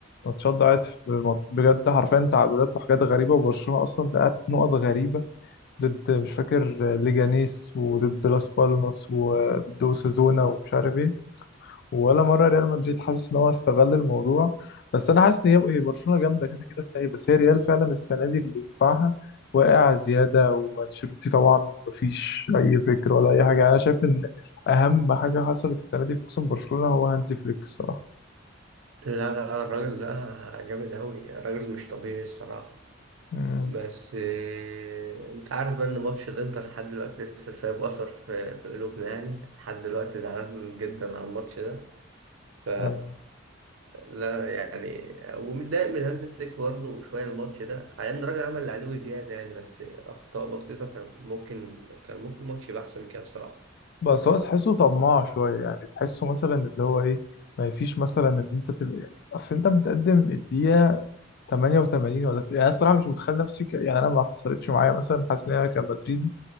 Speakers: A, on the left; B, on the right.
A: وماتشات ضاعت في مط- بجد حرفيا تعادلات وحاجات غريبة وبرشلونة اصلا ضيعت نقط غريبة ضد مش فاكر ليجانيس وضد لاس بالماس وضد اوساسونا ومش عارف ايه ولا مره ريال مدريد حاسس ان هو استغل الموضوع بس انا حاسس ان هي هي برشلونه جامده كده كده السنه دي بس هي ريال فعلا السنه دي اللي دفاعها واقع زياده وانشيلوتي طبعا مفيش اي فكر ولا اي حاجه انا شايف ان اهم حاجه حصلت السنه دي في موسم برشلونه هو هانزي فليك الصراحه
B: لا لا الراجل ده جامد أوي راجل مش طبيعي الصراحة
A: مم.
B: بس آه، انت عارف بقى ان ماتش الانتر لحد دلوقتي لسه سايب اثر في في قلوبنا يعني لحد دلوقتي زعلان جدا على الماتش ده ف
A: آه.
B: لا يعني ومتضايق من هانز فليك برضه شويه الماتش ده على ان الراجل عمل اللي عليه وزياده يعني بس اخطاء بسيطه كان ممكن كان ممكن الماتش يبقى احسن من كده الصراحه
A: بس هو تحسه طماع شويه يعني تحسه مثلا اللي هو ايه ما فيش مثلا ان انت تبقى يعني اصل انت متقدم الدقيقه 88 ولا تس- يعني انا الصراحه مش متخيل نفسي ك... يعني انا ما حصلتش معايا مثلا حاسس ان انا كمدريدي